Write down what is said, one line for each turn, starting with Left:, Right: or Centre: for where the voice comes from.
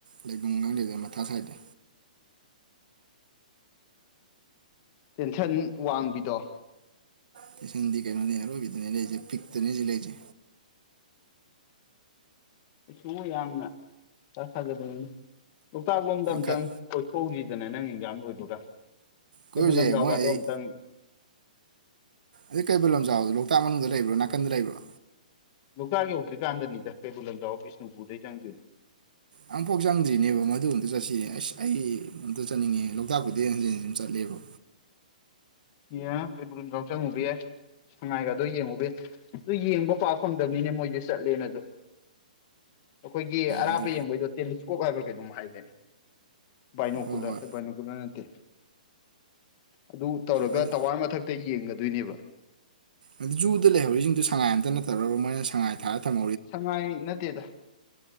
Right: ꯂꯩꯐꯝ ꯈꯪꯗꯦꯗ ꯃꯊꯥ ꯁꯥꯏꯗꯠꯇꯦ
Left: ꯇꯦꯟꯁꯟ ꯋꯥꯡꯕꯤꯗꯣ
Right: ꯀꯩꯅꯅꯦꯔꯣꯏꯅꯤ ꯂꯩꯦ ꯄꯤꯅꯤ ꯂꯩꯦ
Left: ꯁ ꯌꯥꯝꯅ ꯆꯥꯛꯊꯒꯗꯅꯤ ꯂꯣꯛꯀꯥꯛ ꯂꯣꯝꯗ ꯑꯝꯇꯪ
Right: ꯈꯠ
Left: ꯀꯣꯏꯄꯣꯛꯒꯤ ꯐꯅ ꯅꯪ ꯑꯦꯟꯖꯥꯝ ꯑꯣꯏꯣꯏꯗꯨꯒ
Right: ꯀꯣꯏꯔꯨꯁꯦ
Left: ꯑꯩꯕꯨꯂꯂꯝ ꯆꯥꯎꯕꯗꯣ
Right: ꯃꯣꯏ ꯑꯩ
Left: ꯑꯇꯪ
Right: ꯑꯗꯩꯕꯨꯜ ꯂꯝꯖꯥꯎꯗꯣ ꯂꯣꯛꯇꯥꯛ ꯃꯅꯨꯡꯗ ꯂꯩꯕ꯭ꯔꯣ ꯅꯥꯀꯟꯗ ꯂꯩꯕ꯭ꯔꯣ
Left: ꯂꯣꯛꯇꯥꯛ ꯌꯧꯗ꯭ꯔꯤꯀꯥꯟꯗꯅꯤꯗ ꯀꯩꯕꯨꯜ ꯂꯝꯖꯥꯎ ꯕꯤꯁꯅꯨꯕꯨꯗꯩ ꯆꯪꯒꯅꯤ
Right: ꯑꯃꯨꯐꯥꯎ ꯆꯪꯗ꯭ꯔꯤꯅꯦꯕ ꯃꯗꯨ ꯑꯝꯇ ꯆꯠꯁꯤ ꯑꯁ ꯑꯩ ꯑꯝꯇ ꯆꯠꯅꯤꯡꯉꯦ ꯂꯣꯛꯇꯥꯛꯄꯨꯗꯤ ꯍꯟꯖꯤꯟ ꯍꯟꯖꯤꯟ ꯆꯠꯂꯦꯕ
Left: ꯑꯦꯕ ꯌꯥꯎ ꯆꯪꯉꯨꯕ ꯌꯥꯏ ꯁꯉꯥꯏꯒꯗꯣ ꯌꯦꯡꯉꯨꯕ ꯌꯥꯏ ꯑꯗꯨ ꯌꯦꯡꯕ ꯄꯥꯛ ꯐꯪꯗꯕꯅꯤꯅꯦ ꯃꯣꯏꯁꯦ ꯆꯠꯂꯦꯅ ꯑꯗꯨ ꯑꯩꯈꯣꯏꯒꯤ ꯑꯔꯥꯞꯄ
Right: ꯑꯗꯨ
Left: ꯌꯦꯡꯕꯩꯗꯣ ꯇꯦꯂꯤꯁꯀꯣꯞ ꯍꯥꯏꯕ꯭ꯔꯥ ꯀꯩꯩꯅꯣꯝ ꯍꯥꯏꯔꯦꯅꯦ ꯕꯥꯏꯅꯣꯀꯨꯂ
Right: ꯍꯣꯏ ꯍꯣꯏ
Left: ꯕꯥꯏꯅꯣꯀꯨꯂꯔ ꯅꯠꯇꯦ ꯑꯗꯨ ꯇꯧꯔꯒ
Right: ꯑꯗꯨ
Left: ꯇꯋꯥꯏ ꯃꯊꯛ ꯑ ꯇ ꯌꯦꯡꯒꯗꯣꯏꯅꯦꯕ
Right: ꯑꯗꯨ ꯖꯨꯗ ꯂꯩꯍꯧꯔꯤꯁꯤꯡꯗꯨ ꯁꯉꯥꯏ ꯑꯝꯇ ꯅꯠ ꯇꯧꯔꯒ ꯃꯣꯏꯅ ꯁꯉꯥꯏ ꯊꯥꯔ ꯊꯝ
Left: ꯁꯉꯥꯏ ꯅꯠꯇꯦꯗ